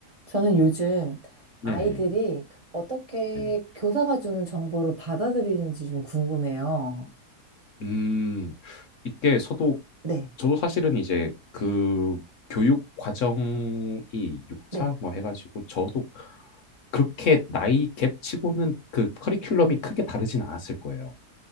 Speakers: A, on the right (about 70°); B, on the left (about 60°).
A: 저는 요즘
B: 네네.
A: 아이들이 어떻게
B: 네네.
A: 교사가 주는 정보를 받아들이는지 좀 궁금해요.
B: 음, 이게 저도,
A: 네,
B: 저도 사실은 이제 그 교육 과정이 6차
A: 네.
B: 뭐 해가지고 저도 그렇게 나이 갭 치고는 그 커리큘럼이 크게 다르진 않았을 거예요.